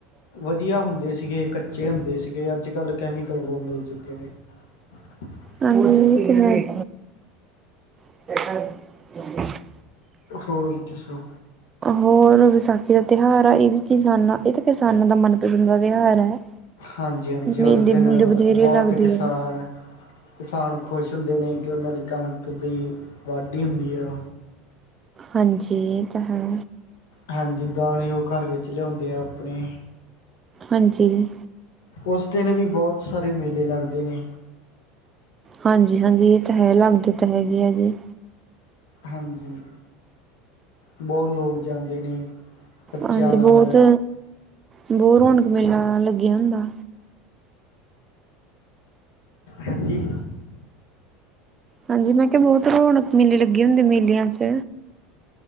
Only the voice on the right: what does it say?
ਹਾਂਜੀ, ਏ, ਤੇ, ਹੋਈ। ਚ <unintelligible>
ਹੋਰ, ਵਿਸਾਖੀ ਦਾ ਤਿਉਹਾਰ ਆ, ਇਹ ਵੀ ਕਿਸਾਨਾਂ, ਇਹ ਤਾਂ ਕਿਸਾਨਾਂ ਦਾ ਮਨਪਸੰਦ ਦਾ ਤਿਉਹਾਰ ਹੈ।
ਮੇਲੇ
ਮੂਲੇ ਬਥੇਰੇ
ਲੱਗਦੇ
ਆ
ਹਾਂਜੀ, ਇਹ ਤਾਂ ਹੈ।
ਹਾਂਜੀ।
ਹਾਂਜੀ-ਹਾਂਜੀ ਇਹ ਤਾ ਹੈ, ਲੱਗਦੇ ਤਾਂ ਹੈਗੇ ਆ ਜੀ।
ਹਾਂਜੀ
ਬਹੁਤ ਬਹੁਤ ਰੌਣਕ-ਮੇਲਾ ਲੱਗਿਆ ਹੁੰਦਾ।
ਹਾਂਜੀ, ਮੈਂ ਕਿਹਾ ਬਹੁਤ ਰੋਣਕ ਮੇਲੇ ਲੱਗੇ ਹੁੰਦੇ ਮੇਲਿਆਂ'ਚ